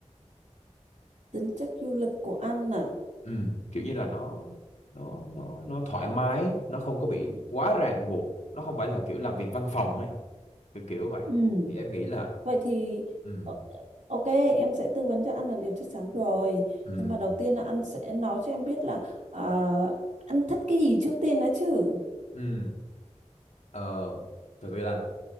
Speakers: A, on the right (about 85°); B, on the left (about 70°).
A: tính chất du lịch của anh à
B: ừ kiểu như là nó nó nó nó thoải mái nó không có bị quá ràng buộc nó không phải là kiểu làm việc văn phòng ấy kiểu kiểu vậy
A: ừ
B: thì em nghĩ là
A: vậy thì
B: ừ
A: ờ, ok em sẽ tư vấn cho anh là điều chắc chắn rồi
B: ừ
A: nhưng mà đầu tiên là anh sẽ nói cho em biết là ờ, anh thích cái gì trước tiên đã chứ
B: ừ ờ, thực sự là